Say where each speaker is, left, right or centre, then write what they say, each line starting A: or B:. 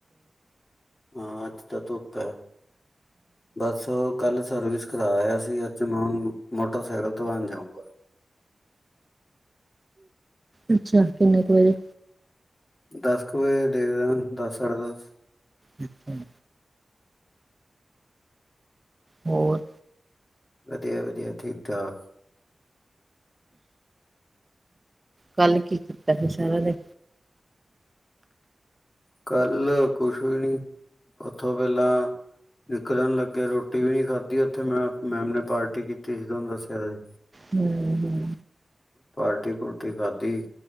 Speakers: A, on the left; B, on the right.
A: ਹਾਂ ਅੱਜ ਤਾਂ ਧੁੱਪ ਹੈ ਬਸ ਉਹ ਕੱਲ ਸਰਵਿਸ ਕਰਵਾ ਆਇਆ ਸੀ ਅੱਜ ਮੈਂ ਮੋਟਰਸਾਈਕਲ ਧਆਉਣ ਜਾਊਂਗਾ।
B: ਅੱਛਾ ਕਿੰਨੇ ਕੁ ਵਜੇ
A: ਦਸ ਕੁ ਵਜੇ ਦੇਖਦਾ ਦਸ ਸਾਢੇ ਦਸ
B: ਨ ਹਮ ਹੋਰ
A: ਵਧੀਆ ਵਧੀਆ ਠੀਕ ਠਾਕ
B: ਕੱਲ ਕੀ ਕੀਤਾ ਸੀ ਸਾਰਾ ਦੇ
A: ਕੱਲ ਕੁਛ ਵੀ ਨੀ ਓਥੋਂ ਪੈਲਾਂ ਨਿਕਲਣ ਲੱਗੇ ਰੋਟੀ ਵੀ ਨੀ ਖਾਧੀ ਉੱਥੇ ਮੈਂ ਮੈਮ ਨੇ ਪਾਰਟੀ ਕੀਤੀ ਸੀ ਤੋਨੂੰ ਦੱਸਿਆ ਸੀ
B: ਹਮ ਹਮ
A: ਪਾਰਟੀ ਪੁਰਟੀ ਖਾਧੀ